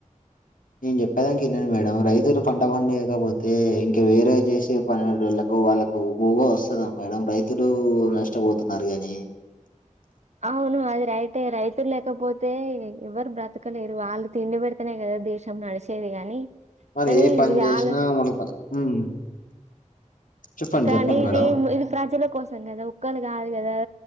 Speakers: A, on the left; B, on the right.
A: నేను చెప్పేదానికి వినండి మేడం రైతులు పంట పండియకపోతే ఇంకా వేరే చేసే పనుల వాళ్ళకు కు వాళ్ళకు బువ్వ వస్తదా మేడం రైతులు నష్టపోతున్నారు గాని
B: అవును అది రైటె రైతులు లేకపోతే ఎవరు బ్రతకలేరు వాళ్ళు తిండి పెడి తెనే కదా దేశం నడిచేది గాని,
A: మరి
B: కని
A: ఏ పని
B: వాళ్ళ
A: చేసినా మనకు ఉమ్ చెప్పండి
B: కానీ
A: చెప్పండి
B: ఇది
A: మేడం
B: ఇది ప్రజల కోసం కదా ఒక్కలు కాదు కదా